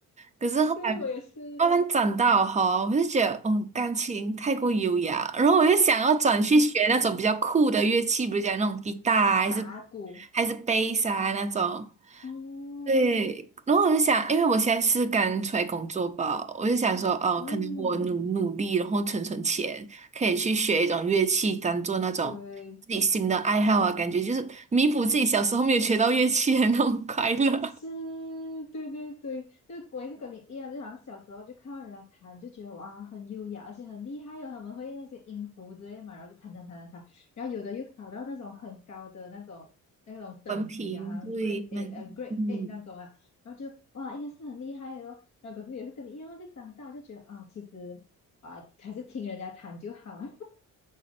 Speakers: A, on the right (about 20°); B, on the left (about 55°).
A: 可是后来
B: 呃，对，我也是，
A: 慢慢长大哈，我就觉得，嗯，钢琴太过优雅，然后我就想要转去学那种比较酷的乐器，
B: <laughs> 就是
A: 比如讲那种吉他啊，还是
B: 打鼓。
A: 还是贝斯啊那种。
B: 哦，
A: 对，然后我就想，因为我现在是刚出来工作吧，我就想说，哦，
B: 嗯，
A: 可能我努努力，然后存存钱，可以去学一种乐器，当做那种自己新的爱好啊，
B: 对，
A: 感觉就是弥补自己小时候没有学到乐器的那种快乐。
B: 是，
A: <laughs>
B: 对对对，就我也是跟你一样，就好像小时候就看到人家弹，就觉得哇很优雅，而且很厉害哦，他们会那些音符之类的嘛，然后就弹弹弹弹弹，然后有的又考到那种很高的那种那种等级啊，
A: 文凭，
B: 好像
A: 对，
B: g r e a
A: 们，
B: t A 呃 g r e a
A: 嗯，
B: t A 那种啊，然后就哇应该是很厉害的哦，然后可是也是跟你一样，就长大就觉得啊其实啊还是听人家弹就好啊，